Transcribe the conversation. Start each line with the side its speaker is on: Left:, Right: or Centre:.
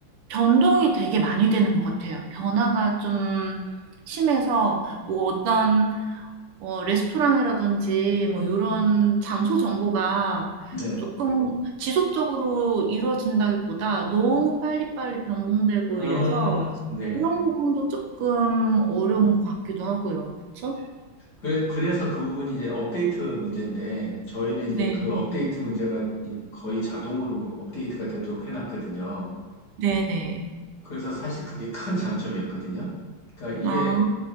Right: 변동이 되게 많이 되는 것 같아요. 변화가 좀 심해서, 뭐 어떤 어, 레스토랑이라든지 뭐 이런 장소 정보가
Left: 네.
Right: 조금 지속적으로 이루어진다기보다 너무 빨리빨리 변동되고
Left: 어,
Right: 이래서
Left: 네.
Right: 그런 부분도 조금 어려운 것 같기도 하고요. 그쵸?
Left: 그래, 그래서 그 부분이 이제 업데이트 문제인데, 저희는 이제
Right: 네,
Left: 그 업데이트 문제가 이- 거의 자동으로 업데이트가 되도록 해놨거든요.
Right: 네네.
Left: 그래서 사실 그게 큰 장점이었거든요. 그러니까 이게
Right: 아,